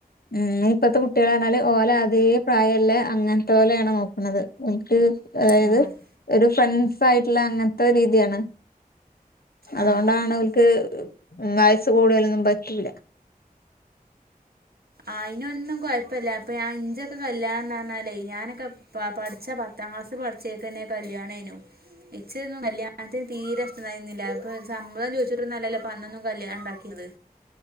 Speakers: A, on the left; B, on the right.
A: ഉം ഇപ്പത്തെ കുട്ടികളാഞ്ഞാല് ഓലെ അതേ പ്രായല്ലേ അങ്ങനെ ത്തോലാണ് നോക്കണത് ട്ട് അതായത്
B: ആ
A: ഒരു ഫ്രണ്ട്സ് ആയിട്ടുള്ള അങ്ങൻത്തെ രീതിയാണാ അതുകൊണ്ടാണ്
B: ആഹ്
A: ഓല്ക് വയസ്സ് കൂടിയാലൊന്നും പറ്റൂല്ല
B: ആയിനൊന്നും കൊഴപ്പല്ല അപ്പേ ഞാൻ എഞ്ചൊക്കെ കല്യാണംന്ന് പറഞ്ഞാലേ ഞാനൊക്കെ പ പഠിച്ചാ പത്താം ക്ലാസ് പഠിച്ചേക്കന്നെ കല്യാണേനു ഇച്ച്ന്നും കല്യാണത്തിന് തീരെ ഇഷ്ടരുണ്ടാരുന്നില്ല ഇപ്പേ ചമ്മതം ചോയിച്ചിട്ര് നഅല്ലല്ലോ പ അന്നൊന്നും കല്യാണഉണ്ടാക്കിയത്